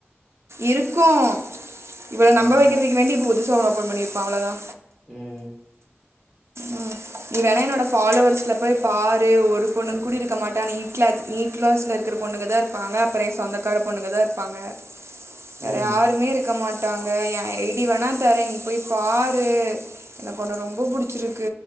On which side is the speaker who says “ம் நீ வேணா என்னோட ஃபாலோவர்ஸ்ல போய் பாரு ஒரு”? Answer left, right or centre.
Right